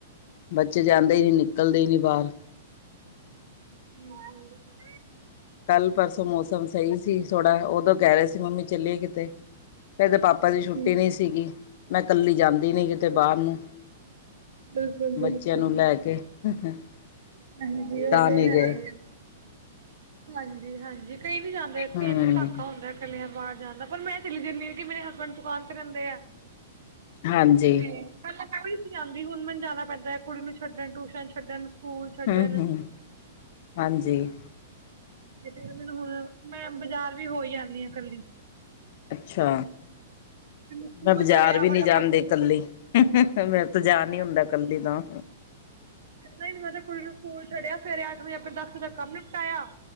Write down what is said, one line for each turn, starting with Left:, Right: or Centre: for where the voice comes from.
Left: ਬੱਚੇ ਜਾਂਦੇ ਈ ਨੀ ਨਿਕਲਦੇ ਈ ਨੀ ਬਾਹਰ।
Right: <unintelligible>
Left: ਕੱਲ ਪਰਸੋਂ ਮੌਸਮ ਸਹੀ ਸੀ ਥੋੜਾ ਉਦੋਂ ਕਹਿ ਰੇ ਸੀ ਮੰਮੀ ਚੱਲੀਏ ਕਿਤੇ। ਇਹਦੇ ਪਾਪਾ
Right: ਹਾਂਜੀ
Left: ਦੀ ਛੁੱਟੀ ਨੀ ਸੀ ਗੀ ਮੈਂ ਕੱਲੀ ਜਾਂਦੀ ਨੀ ਕਿਤੇ ਬਾਹਰ ਨੂੰ।
Right: ਬਿਲਕੁਲ ਬਿਲਕੁਲ
Left: ਬੱਚਿਆਂ ਨੂੰ ਲੇ ਕੇ ਅਸੀਂ
Right: ਹਾਂਜੀ ਉਹ
Left: ਤਾਂ
Right: ਤੇ
Left: ਨੀ
Right: ਹੈ
Left: ਗਏ।
Right: ਹਾਂਜੀ ਹਾਂਜੀ, ਕਈ ਨੀ ਜਾਂਦੇ
Left: ਹਮ
Right: ਤੋਂ <unintelligible> ਹੁੰਦਾ। ਚਲਿਆ ਬਾਹਰ ਜਾਣ ਦਾ ਪਰ ਮੈਂ ਚਲੀ ਜਾਨੀ ਆ ਕੇ ਮੇਰੇ ਹਸਬੈਂਡ ਦੁਕਾਨ ਤੇ ਰਹਿੰਦੇ ਐ।
Left: ਹਾਂਜੀ
Right: ਤੇ। ਪਹਿਲਾਂ ਮੈਂ ਵੀ ਨੀ ਸੀ ਜਾਂਦੀ ਹੁਣ ਮੈਨੂੰ ਜਾਣਾ ਪੈਂਦਾ ਕੁੜੀ ਨੂੰ ਛੱਡਣ ਟਿਊਸ਼ਨ ਛੱਡਣ। ਸਕੂਲ ਛੱਡਣ
Left: ਹੂੰ ਹੂੰ, ਹਾਂਜੀ।
Right: <unintelligible> ਮੈਂ ਬਾਜ਼ਾਰ ਵੀ ਹੋਈ ਆਨੀ ਆ ਕੱਲੀ।
Left: ਅੱਛਾ।
Right: ਮੈਨੂੰ ਸਕੂਲ
Left: ਮੈਂ ਬਾਜ਼ਾਰ
Right: ਛੱਡਿਆ
Left: ਵੀ ਨੀ
Right: ਫਟਾਫਟ
Left: ਜਾਂਦੀ ਕੱਲੀ ਮੈਥੋਂ ਜਾ
Right: ਮੈਂ
Left: ਨੀ ਹੁੰਦਾ ਕੱਲੀ। ਜਿੱਦਾਂ।
Right: ਨਹੀਂ -ਨਹੀਂ ਮਤਲਬ ਕੁੜੀ ਨੂੰ ਸਕੂਲ ਛੱਡੀਆ, ਸਵੇਰੇ ਅੱਠ ਵਜੇ ਆਪਣੇ ਦਸ ਵਜੇ ਤਕ ਕੰਮ ਨਿਪਟਾਇਆ।